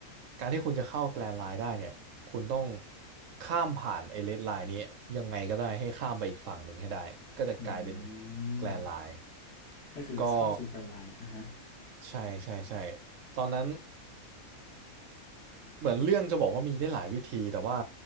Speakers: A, on the right; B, on the left.
A: การที่คุณจะเข้าแกรนด์ไลน์ได้เนี่ยคุณต้องข้ามผ่านไอ้เรดไลน์นี้ยังไงก็ได้ให้ข้ามไปอีกฝั่งหนึ่งให้ได้ก็จะกลายเป็น
B: อืม
A: แกรนด์ไลน์
B: ก็คือเข้าสู่แกรนไลน์อ่ะฮะ
A: ก็ใช่ใช่ใช่ตอนนั้น เหมือนเรื่องจะบอกว่ามีได้หลายวิธีแต่ว่า